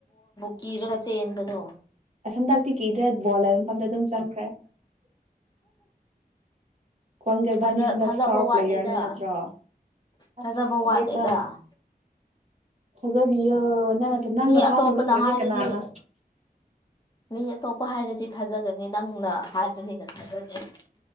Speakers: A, on the left (about 25°); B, on the right (about 45°).
A: ꯀꯤꯔꯒꯁꯦꯟꯕꯗꯣ
B: ꯑꯁꯟꯗꯥꯛꯇꯤ ꯀꯤꯗ꯭ꯔꯦ ꯕꯣꯜ ꯍꯥꯏꯕ ꯃꯐꯝꯗ ꯑꯗꯨꯝ ꯆꯪꯈ꯭ꯔꯦ ꯀ꯭ꯋꯥꯡꯒꯩꯕꯥꯅꯤ
A: ꯊꯥꯖ
B: ꯍꯟꯗꯛ
A: ꯊꯥꯖꯕ
B: ꯏꯁꯇꯥꯔ
A: ꯋꯥꯠꯂꯤꯗ
B: ꯄ꯭ꯂꯦꯌꯔꯅꯦ ꯅꯠꯇ꯭ꯔꯣ
A: ꯊꯥꯖꯕ
B: ꯑꯁ
A: ꯋꯥꯠꯂꯦꯗ
B: ꯗꯃ ꯊꯥꯖꯕꯤꯌꯣ ꯅꯪ ꯅꯪꯅ
A: ꯃꯤ ꯑꯇꯣꯞꯄꯅ
B: ꯐꯥ ꯊꯥꯖꯗ꯭ꯔꯗꯤ
A: ꯍꯥꯏꯔꯗꯤ
B: ꯀꯅꯥꯅ
A: ꯃꯤ ꯑꯇꯣꯞꯄ ꯍꯥꯏꯔꯗꯤ ꯊꯥꯖꯒꯅꯤ ꯅꯪꯅ ꯍꯥꯏꯕꯅꯤꯅ ꯊꯥꯖꯒꯦ